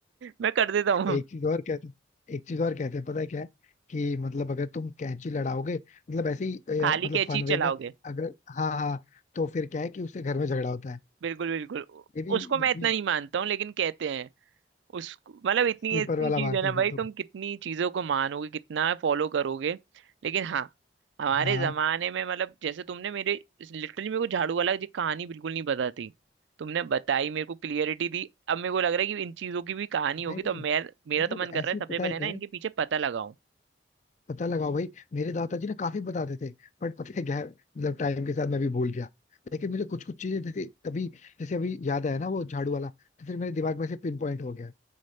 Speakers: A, on the right (about 80°); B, on the left (about 40°).
A: मैं कर देता हूँ
B: एक चीज और कहते एक चीज और कहते हैं पता है क्या है कि मतलब अगर तुम कैंची लड़ाओगे मतलब ऐसे ही अ,
A: खाली
B: मतलब
A: कैची
B: फन वे
A: चलाओगे
B: में अगर हाँ हाँ तो फिर क्या है कि उससे घर में झगड़ा होता है
A: बिल्कुल बिल्कुल
B: ये भी,
A: उसको मैं
B: ये
A: इतना
B: भी
A: नहीं मानता हूँ लेकिन कहते हैं उस मतलब इतनी
B: स्लीपर
A: इतनी
B: वाला
A: चीज
B: मानते
A: है ना
B: हो
A: भाई
B: फिर तुम
A: तुम कितनी चीजों को मानोगे कितना फॉलो करोगे लेकिन हाँ हमारे
B: हाँ
A: जमाने में मतलब जैसे तुमने मेरे लिटरली मेरे को झाड़ू वाला जी कहानी बिल्कुल नहीं पता थी तुमने बताई मेरे को क्लियरिटी दी अब मेरे को लग रहा है कि इन चीजों की भी कहानी होगी
B: नहीं नहीं
A: तो मैं मेरा
B: मतलब
A: तो मन कर
B: ऐसे
A: रहा है
B: ही
A: सबसे
B: पता
A: पहले
B: है क्या
A: ना इनके
B: है
A: पीछे पता लगाऊं
B: पता लगाओ भाई मेरे दादाजी ना काफी बताते थे बट पता है क्या है, मतलब टाइम के साथ मैं भी भूल गया लेकिन मुझे कुछ कुछ चीजें जैसे तभी जैसे अभी याद आया ना वो झाड़ू वाला तो फिर मेरे दिमाग में से पिन पॉइंट हो गया